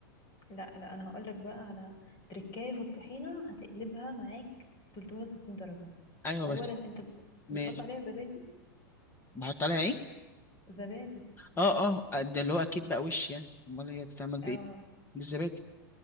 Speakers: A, on the left; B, on the left.
A: لا لا انا هقول لك بقى على تركايه في الطحينه هتقلبها معاك 360 درجه
B: ايوه
A: اولا
B: بس
A: انت بتح-
B: ماشي
A: بتحط عليها زبادي
B: بحط عليها ايه
A: زبادي
B: اه اه ده اللي هو اكيد بقى وش يعني امال هي بتتعمل
A: اه
B: بايه بالزبادي